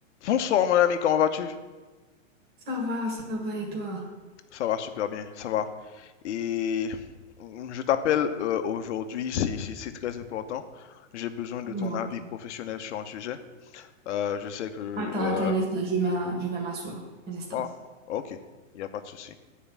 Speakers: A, on the left (about 60°); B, on the right (about 25°).
A: Bonsoir mon ami, comment vas-tu?
B: Ça va, ça va, et toi?
A: Ça va super bien, ça va. Et mm, je t'appelle euh, aujourd'hui, c'est c'est- c'est très important. J'ai besoin de
B: Dis-moi.
A: ton avis professionnel sur un sujet. Euh, je sais que... euh,
B: Attends, attends un instant, je m'a- je vais m'asseoir. Un instant.
A: Ah, ok, il n'y a pas de souci.